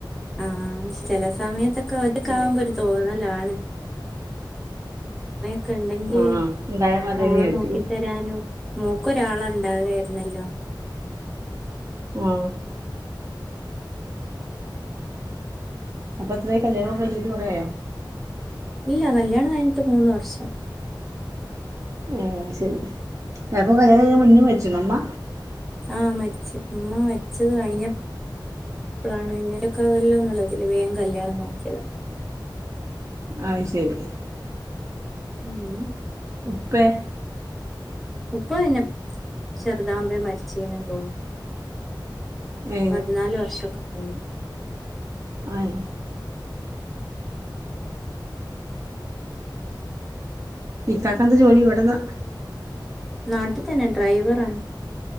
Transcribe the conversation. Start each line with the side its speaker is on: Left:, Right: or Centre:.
Centre: ആഹ് ചെല സമയത്തെ ക്കെ ഒ <unintelligible> ക്കാവുമ്പോ
Right: അല്ലേ
Centre: ഒരു തോന്നലാ ആണ് ക്ക ഇണ്ടെങ്കി
Right: ആഹ് ഇണ്ടായാ മതിയേനി
Centre: മോളെ
Right: വിചാരിച്ചു
Centre: നോക്കി തരാനും മോക്കൊരാളാണ് ഉണ്ടാ കേര്ന്നല്ലോ
Right: ആ അപ്പൊ എത്രേയി കല്യാണം ഒക്കെ കൈഞ്ഞിട്ട് കൊറേയോ
Centre: ഇല്ല കല്യാണം കയ്ഞ്ഞ്ട്ട് മൂന്ന് വർഷം
Right: ഏ ശരി അപ്പൊ കല്യാണം കഴി <unintelligible> മുന്നെ മരിച്ച് ക്ക്ണോമ്മ
Centre: ആഹ് മരിച്ച് ഉമ്മ മരിച്ചത് കഴിഞ്ഞപ്പ്ളാണ് <unintelligible> ന്നുള്ളതില് വേം കല്യാണം നോക്കിയതാ
Right: അയ് ശരി
Centre: അ
Right: ഉപ്പേ
Centre: ഉപ്പ പിന്നെ ചെറ് താവുമ്പേ മരിച്ചീനും തോന്നു
Right: ഏ
Centre: പതിനാല് വർഷൊക്കെ കഴിഞ്ഞു
Right: ആയ് ഇക്കാക്കെന്താ ജോലി ഇവടെ നാ
Centre: നാട്ടി തന്നെ ഡ്രൈവറാണ്